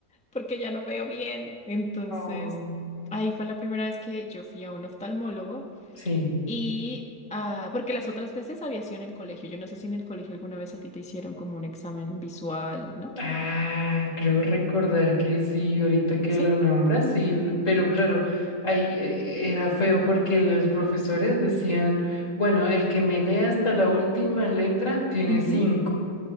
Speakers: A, in the centre; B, on the left.
A: Porque ya no veo bien. Entonces,
B: No.
A: ahí fue la primera vez que yo fui a un oftalmólogo
B: Sí.
A: y... ah, porque las otras veces había sido en el colegio. Yo no sé si en el colegio alguna vez a ti te hicieron como un examen visual, ¿no?
B: Ah, creo recordar que sí, ahorita que
A: Sí.
B: lo nombras, sí, l- pero claro, ahí eh, eh, era feo porque los profesores decían, bueno, el que me lea hasta la última letra tiene
A: Ujú.
B: cinco.